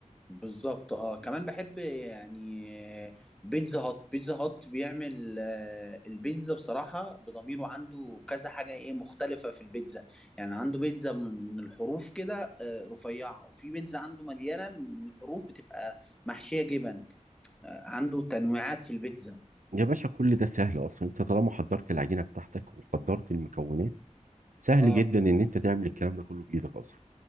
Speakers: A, in the centre; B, on the right.
A: بالظبط اه كمان بحب يعني بيتزا هات بيتزا هات بيعمل آه، البيتزا بصراحة بضميره عنده كذا حاجة ايه مختلفة في البيتزا يعني عنده بيتزا من من الحروف كده آه، رفيعة وفي بيتزا عنده مليانة من الحروف بتبقى محشية جبن آه، عنده تنويعات في البيتزا
B: يا باشا كل ده سهل اصلا انت طالما حضرت العجينه بتاعتك وحضرت المكونات سهل
A: اه
B: جدا ان انت تعمل الكلام ده كله بايدك اصلا